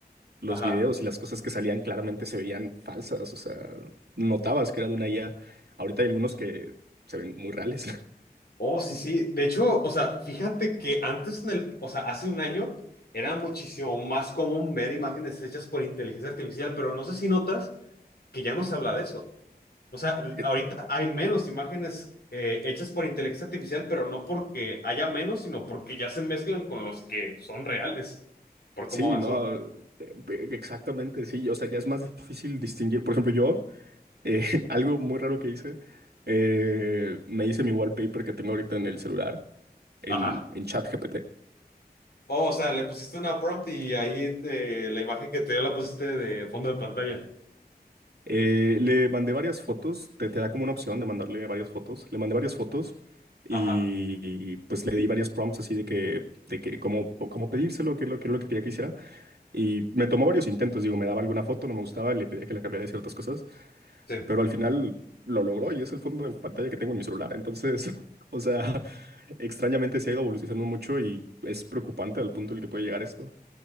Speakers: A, on the right; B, on the left.
A: los
B: Ajá.
A: videos y las cosas que salían claramente se veían falsas, o sea, notabas que era de una IA, ahorita hay algunos que se ven muy reales.
B: Oh, sí, sí. De hecho, o sea, fíjate que antes en el, o sea, hace un año era muchísimo más común ver imágenes hechas por inteligencia artificial, pero no sé si notas que ya no se habla de eso. O sea,
A: <laughs>
B: ahorita hay menos imágenes eh, hechas por inteligencia artificial, pero no porque haya menos, sino porque ya se mezclan con los que son reales, por cómo
A: Sí,
B: avanzó.
A: no, eh, exactamente, sí, o sea, ya es más difícil distinguir. Por ejemplo, yo, eh, <laughs> algo muy raro que hice, eh, me hice mi wallpaper que tengo ahorita en el celular, en,
B: Ajá.
A: en ChatGPT.
B: Oh, o sea, le pusiste una prompt y ahí te- la imagen que te dio la pusiste de fondo de pantalla.
A: Eh, le mandé varias fotos, te, te da como una opción de mandarle varias fotos. Le mandé varias fotos y,
B: Ajá.
A: pues le di varios prompts así de que, de que, como, como pedírselo, que es lo, que es lo que quería que hiciera. Y me tomó varios intentos, digo, me daba alguna foto, no me gustaba y le pedía que la cambiara de ciertas cosas.
B: Sí.
A: pero al final lo logró y es el fondo de pantalla que tengo en mi celular. Entonces, <laughs> o sea, extrañamente se ha ido evolucionando mucho y es preocupante al punto en el que puede llegar esto.